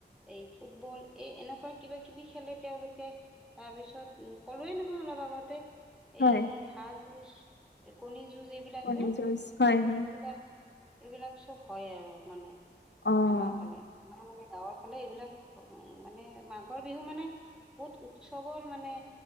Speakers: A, in the centre; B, on the left (about 75°).
A: এই ফুটবল এ' এনেকুৱা কিবা-কিবি খেলে তেওঁলোকে। তাৰপিছত কলোৱেই নহয় অলপ আগতে-
B: হয়,
A: এই হাঁহ যুঁছ, এ' কণী যুঁজ এইবিলাক
B: কণী
A: যে
B: যুঁজ হয়, হয়,
A: এইবিলাক- এইবিলাক চব হয়ে আৰু মানে।
B: অ',
A: আমাৰ ফালে, আমাৰ মানে গাঁৱৰ ফালে এইবিলাক হুম' মানে মাঘৰ বিহু মানে- বহুত উৎচৱৰ মানে